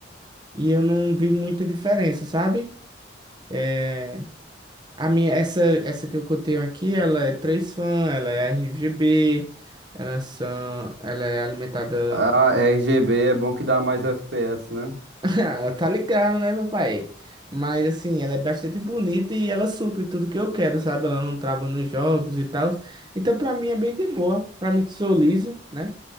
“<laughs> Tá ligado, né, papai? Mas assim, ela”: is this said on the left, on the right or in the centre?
Right